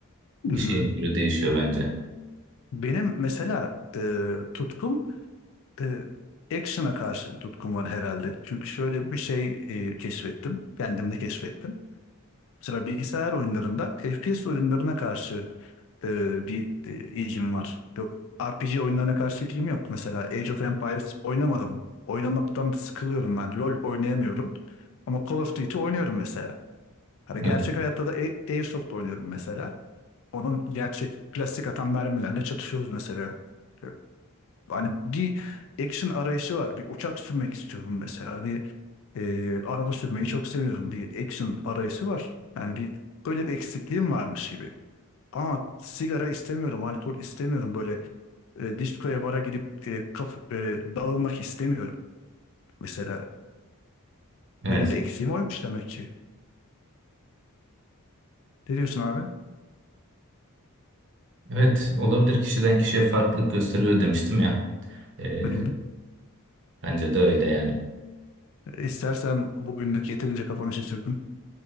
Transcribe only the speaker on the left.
hı.
Benim mesela e, tutkum e, action'a karşı bir tutkum var herhalde. Çünkü şöyle bir şey e, keşfettim. Kendimde keşfettim. Mesela bilgisayar oyunlarında FPS oyunlarına karşı e, bir e, ilgim var. Yok, RPG oyunlarına karşı ilgim yok. Mesela Age of Empires oynamadım. Oynamaktan sıkılıyorum ben. LoL oynayamıyorum. Ama Call of Duty oynuyorum mesela. Hani
gerçek hayatta da A- Airsoft oynuyorum mesela. Onun gerçek plastik atan mermilerle çatışıyoruz mesela. E, Hani bir action arayışı var. Bir uçak sürmek istiyorum mesela. Bir e, araba sürmeyi çok seviyorum. Bir action arayışı var. Yani bir böyle bir eksikliğim varmış gibi. Ama sigara istemiyorum, alkol istemiyorum. Böyle e, diskoya bara gidip e, kaf- e, dağılmak istemiyorum. Mesela
benim de eksiğim oymuş demek ki. Ne diyorsun abi?
Hı hı.
E, İstersen bugünlük yeterince kafanı şişirdim.